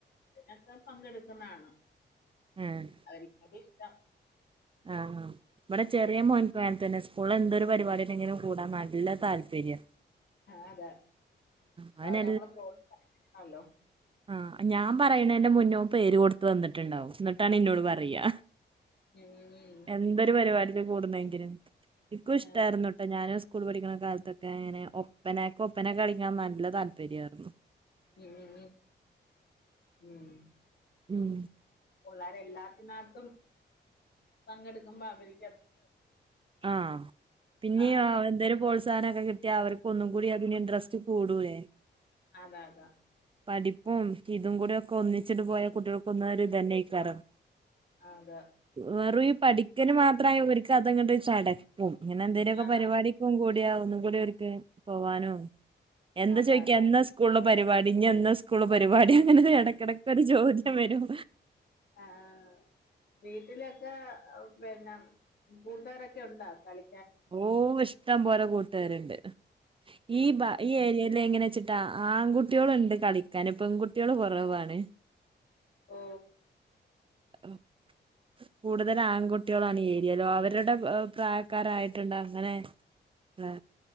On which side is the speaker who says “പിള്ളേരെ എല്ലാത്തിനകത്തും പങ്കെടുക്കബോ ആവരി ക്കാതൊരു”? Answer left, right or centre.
Left